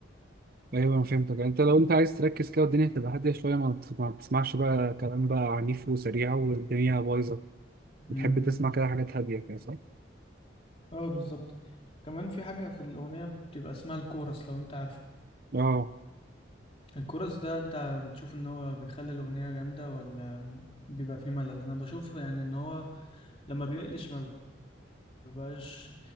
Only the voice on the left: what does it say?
أمم.
اه بالظبط كمان في حاجة في الأغنية بتبقى اسمها الكورس لو انت عارفه
الكورس ده انت بتشوف ان هو بيخلي الأغنية جامدة ولا بيبقى فيه ملل انا بشوف يعني ان هو لما بيقلش ما بيبقاش